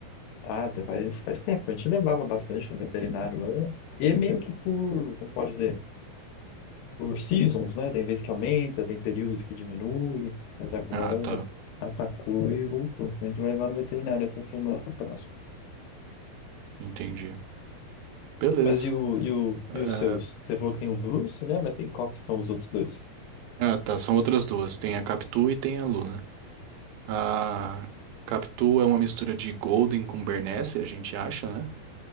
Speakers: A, on the left; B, on the right.
A: Ah, faz, faz tempo, a gente levava bastante no veterinário antes. E é meio que por, como pode dizer? por seasons, né? Tem vezes que aumenta, tem períodos que diminui, mas agora
B: Ah, tá.
A: já atacou e voltou. A gente vai levar no veterinário essa semana próxima.
B: Entendi. Beleza.
A: Mas e, o, e, o,
B: É,
A: e os seus? Você falou que tem o Bruce, né? Mas tem qual que são os outros dois?
B: Ah, tá. São outras duas. Tem a Capitu e tem a Luna. A Capitu é uma mistura de Golden com Bernese, a gente acha, né?